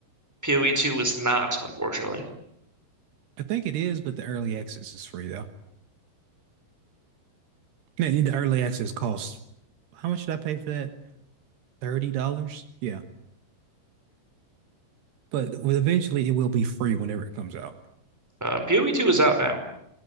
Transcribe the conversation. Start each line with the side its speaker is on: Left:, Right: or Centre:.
Centre: PoE 2 is not, unfortunately.
Right: think it is, but the early access is free though. Man, the early access costs how much did I pay for that? Thirty dollars? Yeah. But well, eventually it will be free whenever it comes out.
Centre: Uh PoE 2 is out now.